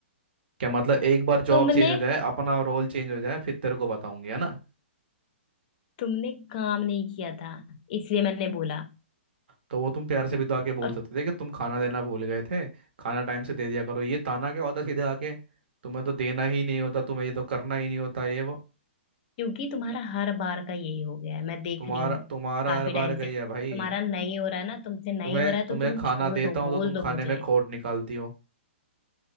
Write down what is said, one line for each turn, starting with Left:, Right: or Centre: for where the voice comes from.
Right: क्या मतलब एक बार जॉब
Left: तुमने
Right: चेंज हो जाए अपना रोल चेंज हो जाए फिर तेरे को बताऊंगी है ना
Left: तुमने काम नहीं किया था इसलिए मैंने बोला
Right: तो वो तुम प्यार से भी तो आके बोल
Left: और
Right: सकते थे कि तुम खाना देना भूल गए थे खाना टाइम से दे दिया करो ये ताना क्या होता सीधे आके तुम्हें तो देना ही नहीं होता तुम्हें ये तो करना ही नहीं होता ये वो
Left: क्योंकि तुम्हारा हर बार का यही हो गया है मैं देख
Right: तुम्हारा
Left: रही हूँ
Right: तुम्हारा
Left: काफी
Right: हर
Left: टाइम
Right: बार का
Left: से
Right: ही
Left: तुम्हारा
Right: है भाई
Left: नहीं हो रहा है ना तुमसे नहीं
Right: तुम्हें
Left: हो रहा है
Right: तुम्हें
Left: तो तुम
Right: खाना
Left: छोड़
Right: देता
Left: दो
Right: हूँ
Left: बोल
Right: तो तुम
Left: दो
Right: खाने
Left: मुझे
Right: में खोट निकालती हो